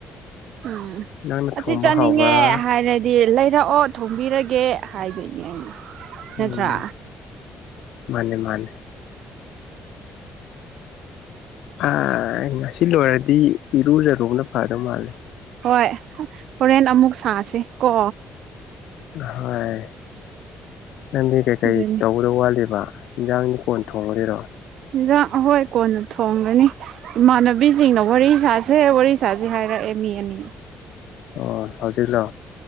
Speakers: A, on the right; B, on the left.
A: ꯎꯝ
B: ꯅꯪꯅ ꯊꯣꯡꯕ
A: ꯑꯁꯤ ꯆꯠꯅꯤꯡꯉꯦ
B: ꯍꯥꯎꯕ꯭ꯔꯥ
A: ꯍꯥꯏꯔꯗꯤ ꯑꯗꯨꯗꯤ ꯂꯩꯔꯛꯑꯣ ꯊꯣꯡꯕꯤꯔꯒꯦ ꯍꯥꯏꯗꯣꯏꯅꯦ ꯑꯩꯅ ꯅꯠꯇ꯭ꯔꯥ
B: ꯎꯝ ꯃꯥꯅꯦ ꯃꯥꯅꯦ ꯑꯥ ꯉꯁꯤ ꯂꯣꯏꯔꯗꯤ ꯏꯔꯨꯖꯔꯨꯕꯅ ꯐꯗꯧ ꯃꯥꯜꯂꯦ
A: ꯍꯣꯏ ꯍꯣꯔꯦꯟ ꯑꯃꯨꯛ ꯁꯥꯁꯤ ꯀꯣ
B: ꯍꯣꯏ ꯅꯪꯗꯤ ꯀꯩꯀꯩ
A: ꯑꯗꯨꯅꯤ
B: ꯇꯧꯗ ꯋꯥꯠꯂꯤꯕ ꯏꯟꯁꯥꯡ ꯅꯤ ꯀꯣꯟ ꯊꯣꯡꯉꯔꯤꯔꯣ
A: ꯍꯤꯟꯖꯥꯡ ꯑꯍꯣꯏ ꯀꯣꯟꯅ ꯊꯣꯡꯒꯅꯤ ꯏꯃꯥꯟꯅꯕꯤꯁꯤꯡꯅ ꯋꯥꯔꯤ ꯁꯥꯁꯦ ꯋꯥꯔꯤ ꯁꯥꯁꯦ ꯍꯥꯏꯔꯛꯑꯦ ꯃꯤ ꯑꯅꯤ
B: ꯑꯣ ꯍꯧꯖꯤꯛ ꯂꯣ